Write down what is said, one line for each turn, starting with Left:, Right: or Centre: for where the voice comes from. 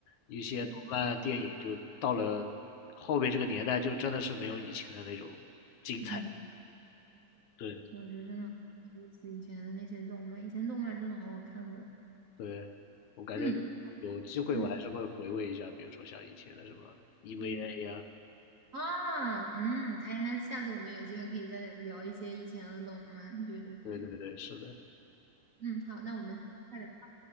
Left: 一些动漫电影，
Right: 对，
Left: 就到了后面这个年代，就真的是没有以前的那种精彩
Right: 对，
Left: <laughs>。对，
Right: 所以我觉得真的没意思。以前的那些动漫，以前动漫真的好好看的，
Left: 对，我感觉有机会我还是会回味一下，
Right: 嗯嗯
Left: 比如说像以前的什么 EVA
Right: 嗯
Left: 呀、
Right: 啊嗯，哎，那下次我们有机会可以再聊一些以前的动漫，对对对，
Left: 对对对，是的。
Right: 嗯，好，那我们下次再聊